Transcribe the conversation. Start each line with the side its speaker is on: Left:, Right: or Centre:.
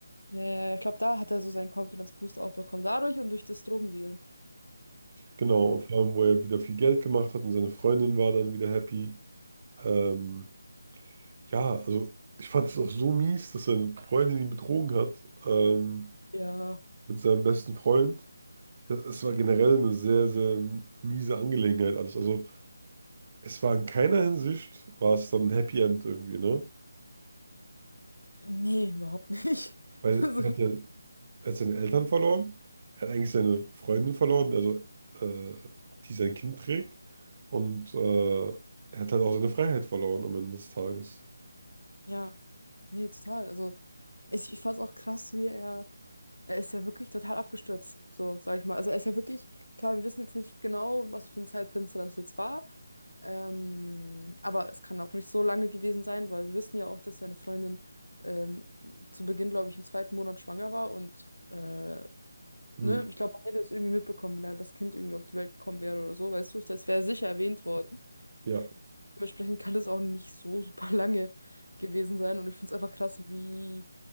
Left: ja, ja, ich glaube, da hat er so seinen Confidence Boost auch bekommen. Dadurch und durch das Drogendealen.
Right: Genau,
Left: So,
Right: und vor allem, wo er wieder viel Geld gemacht hat und seine Freundin war dann wieder happy. Ähm, ja, also ich fand es auch so mies, dass seine Freundin ihn betrogen hat, ähm,
Left: ja,
Right: mit seinem besten Freund. Es es war generell eine sehr, sehr miese Angelegenheit alles. Also Es war in keiner Hinsicht, war es dann ein Happy End irgendwie, ne?
Left: nee, überhaupt nicht.
Right: Weil
Left: <laughs> Also,
Right: er hat ja er hat seine Eltern verloren, er hat eigentlich seine Freundin verloren, also äh, die sein Kind trägt. Und äh, er hat halt auch seine Freiheit verloren am Ende des Tages.
Left: ja, nee, total. Also, ich, ich fand es auch krass, wie er, er ist ja wirklich total abgestürzt, so, sag ich mal. Also, er ist ja wirklich, klar, wir wissen jetzt nicht genau, was für ein Zeitfenster das jetzt war. Ähm, aber es kann auch nicht so lange gewesen sein, weil wir wissen ja auch, dass seine Freundin ähm, zu Beginn, glaube ich, im zweiten Monat schwanger war und, äh,
Right: Mhm.
Left: ne, ich glaube, man hätte es irgendwie mitbekommen, wenn da das Kind irgendwie auf die Welt gekommen wäre oder so, weißt du, das wäre sicher erwähnt worden.
Right: Ja,
Left: Dementsprechend kann das auch nicht so super <laughs> lange gewesen sein. Und ich finde es einfach krass, wie.